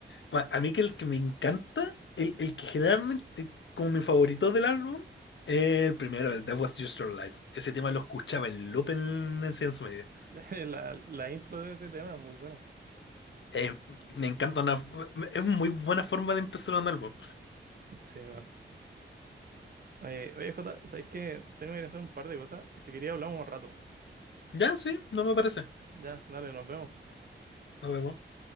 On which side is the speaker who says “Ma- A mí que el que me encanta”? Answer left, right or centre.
Left